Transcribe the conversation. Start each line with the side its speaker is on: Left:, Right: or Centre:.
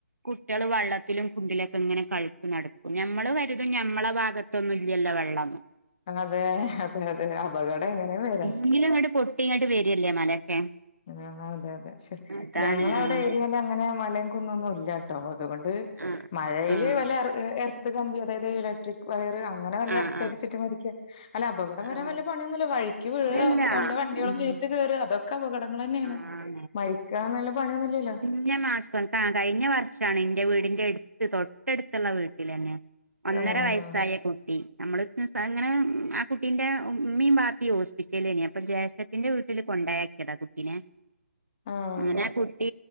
Right: കുട്ട്യള് വള്ളത്തിലും കുണ്ടിലൊക്കെ ഇങ്ങനെ കൾച്ച് നട്ക്കും ഞമ്മള് കരുതും ഞമ്മളെ ഭാഗ ത്തൊന്നും ഇല്ല്യല്ലോ വെള്ളംന്ന്.
Left: അതേ അതെ അതെ അപകടം എങ്ങനെയും വെരാ.
Right: മുന്നില് ഇങ്ങട് പൊട്ടി ഇങ്ങട്ട് വരല്ലേ മലൊക്കെ.
Left: ആഹ് അതെ അതെ ക്ഷെ
Right: അതാണ്
Left: ഞങ്ങള
Right: ആഹ്
Left: വ്ടെ ഏരിയേലങ്ങനെ മലേം കുന്നൊന്നും ഇല്ല ട്ടോ അതുകൊണ്ട്
Right: ആഹ്
Left: മഴയില്
Right: ആഹ്
Left: വല്ല എർ ഏ എർത്ത് കമ്പ്യോ അതായത് ഇലക്ട്രിക് വയറ് അ ങ്ങനെ വല്ല
Right: ആഹ്
Left: എർത്ത്
Right: ആഹ്
Left: അടിച്ചിട്ട് മരിക്ക അല്ല അപകടം വരാൻ
Right: ആഹ്
Left: വല്ല പണിയൊന്നുല്ല വഴ്ക്കി വീഴോ
Right: ഇല്ലല്ല
Left: വല്ല വണ്ടികളും
Right: ഉം
Left: മേത്ത് കേറ അതൊക്കെ അപകട ങ്ങളെന്നേണ്
Right: ആഹ്
Left: മരിക്കാൻ നല്ല പണിയൊന്നും ഇല്ല്യല്ലോ.
Right: കയ്ഞ്ഞ മാസം ആ കഴിഞ്ഞ വർഷാണ് ഇന്റെ വീടിന്റെ എട്ത്ത് തൊട്ടട്ത്ത്ള്ള വീട്ടിലെന്നെ ഒന്നര
Left: ആഹ്
Right: വയസ്സായ കുട്ടി അമ്മള് <inaudible> ഇങ്ങനെ ആ കുട്ടീന്റെ ഉ ഉമ്മീം ബാപ്പിം ഹോസ്പിറ്റലിലേനി അപ്പോ ജേഷ്ഠത്തിന്റെ വീട്ട്ല് കൊണ്ടോയാ ക്യത കുട്ടീനെ
Left: ആഹ്
Right: അങ്ങനെ ആ കുട്ടി